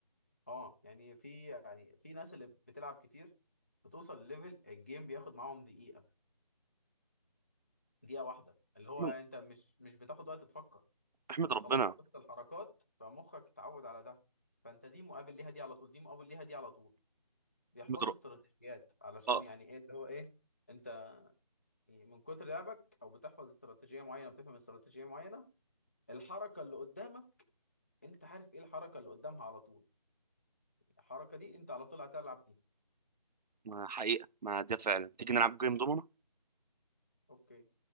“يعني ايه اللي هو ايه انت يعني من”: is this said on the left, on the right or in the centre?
Left